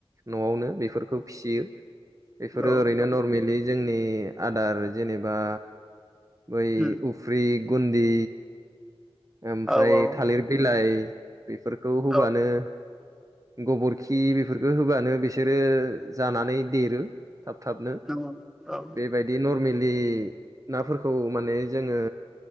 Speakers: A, on the right; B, in the centre.
A: न'आवनो बेफोरखौ फिसियो।
B: औ
A: बेफोरो ओरैनो
B: नंगौ
A: नरमेलि जोंनि आदार जेनेबा बै
B: उम
A: उफ्रि गुन्दि ओमफ्राय
B: औ औ
A: थालिर बिलाइ बेफोरखौ होबानो
B: औ
A: गबरखि बेफोरखो होबानो बिसोरो जानानै देरो। थाब थाबनो
B: नंगौ औ
A: बे बायदि नरमेलि नाफोरखौ माने जोंङो